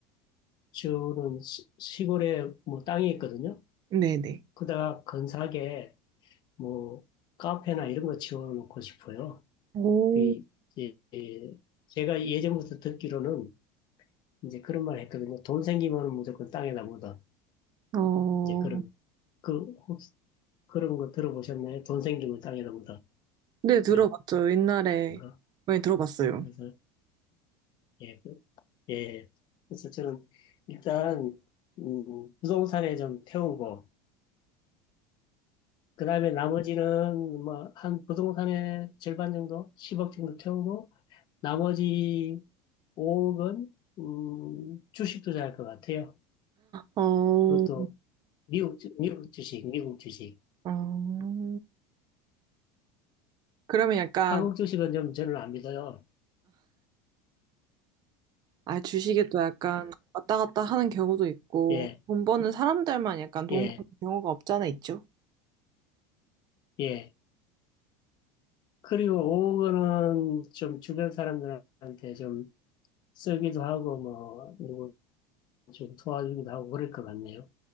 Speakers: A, on the left; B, on the right.
A: 저는 시- 시골에 뭐 땅이 있거든요.
B: 네네.
A: 그다가 근사하게 뭐 카페나 이런 거 지어놓고 싶어요.
B: 오,
A: 그 이제 제가 예전부터 듣기로는 이제 그런 말 했거든요. 돈 생기면 무조건 땅에다 묻어.
B: 어,
A: 이제 그런 그 혹시 그런 거 들어보셨나요? 돈 생기면 땅에다 묻어
B: 네, 들어봤죠.
A: 이런
B: 옛날에
A: 거.
B: 많이 들어봤어요.
A: 그래서 예, 그- 예. 그래서 저는 일단 음, 부동산에 좀 태우고 그 다음에 나머지는 뭐 한 부동산의 절반 정도, 10억 정도 태우고 나머지 5억은 음, 주식 투자할 것 같아요.
B: 어,
A: 그것도 미국 주- 미국 주식, 미국 주식.
B: 어, 그러면 약간,
A: 한국 주식은 좀 저는 안 믿어요.
B: 아, 주식에 또 약간 왔다 갔다 하는 경우도 있고,
A: 예,
B: 돈 버는 사람들만 약간 돈
A: 예,
B: 버는 경우가 없잖아, 있죠?
A: 예. 그리고 5억은 좀 주변 사람들한테 좀 쓰기도 하고 뭐 누구 좀 도와주기도 하고 그럴 것 같네요.